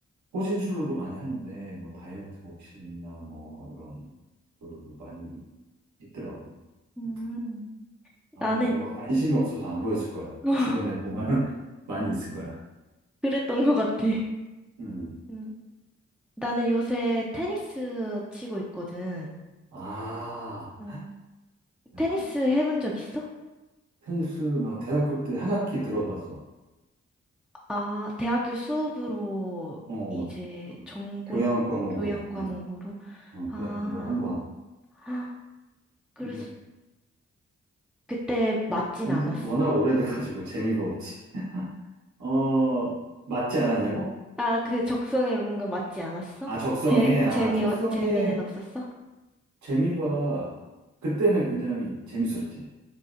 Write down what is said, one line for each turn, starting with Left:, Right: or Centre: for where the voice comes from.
Right: 호신술로도 많이 하는데 뭐 다이어트 복싱이나 뭐 이런 걸로도 많이 있더라고.
Centre: 음,
Right: 그래서 아마
Centre: 나는,
Right: 너가 <laughs> 관심이 없어서 안 보였을 거야.
Centre: <laughs>
Right: 주변에 보면 <laughs> 많이 있을 거야.
Centre: 그랬던 것 같아.
Right: 음.
Centre: 음, 나는 요새 테니스 치고 있거든.
Right: 아,
Centre: 어.
Right: 야,
Centre: 테니스 해본 적 있어?
Right: 테니스 나 대학교 때 한 학기 들어봤어.
Centre: 아, 대학교 수업으로
Right: 어,
Centre: 이제
Right: 그
Centre: 전공
Right: 교양 과목으로,
Centre: 교양 과목으로.
Right: 어, 어,
Centre: 아,
Right: 교양 과목으로 한 번.
Centre: <gasps> 헉, 그래서
Right: 근데
Centre: 그때 맞진
Right: 근데
Centre: 않았어?
Right: 워낙 오래돼가지고 재미가 없지. 어, 맞지 않았냐고?
Centre: 아, 그 적성에 뭔가 맞지 않았어?
Right: 아, 적성에,
Centre: 재,
Right: 아,
Centre: 재미,
Right: 적성에.
Centre: 재미는 없었어?
Right: 재미가 그때는 굉장히 재밌었지.